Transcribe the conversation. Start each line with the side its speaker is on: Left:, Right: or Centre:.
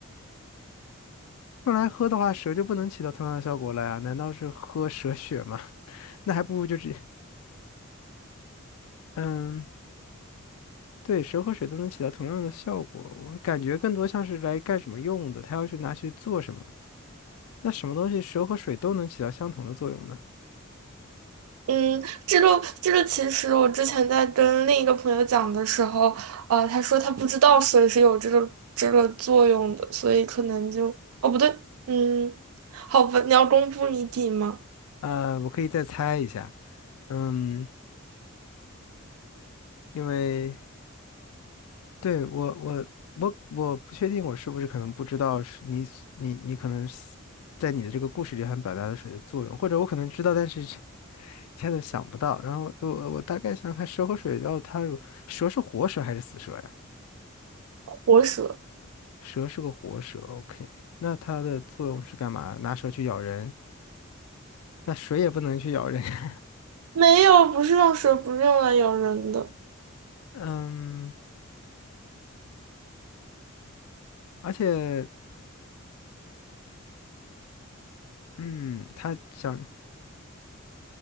Left: 用来喝的话，蛇就不能起到同样的效果了呀？难道是喝蛇血吗？<laughs> 那还不如就直接……嗯，对，蛇和水都能起到同样的效果，我感觉更多像是来干什么用的，它要去拿去做什么？那什么东西蛇和水都能起到相同的作用呢？
Right: 嗯，这个这个，其实我之前在跟另一个朋友讲的时候，呃，他说他不知道水是有这个这个作用的，所以可能就，哦，不对，嗯，好吧，你要公布谜底吗？
Left: 呃，我可以再猜一下，嗯，因为对我我我我不确定我是不是可能不知道是你所你你可能是在你的这个故事里想表达的水的作用，或者我可能知道，但是这一下子想不到。然后我我大概想想看蛇和水，然后它有蛇是活蛇还是死蛇呀？
Right: 活蛇
Left: 蛇是个活蛇，OK，那它的作用是干嘛？拿蛇去咬人，那水也不能去咬人，<laughs>
Right: 没有，不是用蛇，不是用来咬人的。
Left: 嗯，而且嗯，它想。